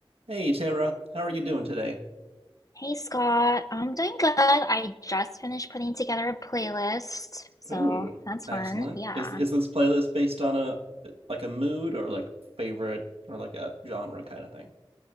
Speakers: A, on the right (about 85°); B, on the left (about 35°).
A: Hey Tara, how are you doing today?
B: Hey Scott, I'm doing good. I just finished putting together a playlist, so
A: Ooh,
B: that's
A: excellent.
B: fun. Yeah.
A: Is is this playlist based on a like a mood or like favorite or like a genre kind of thing?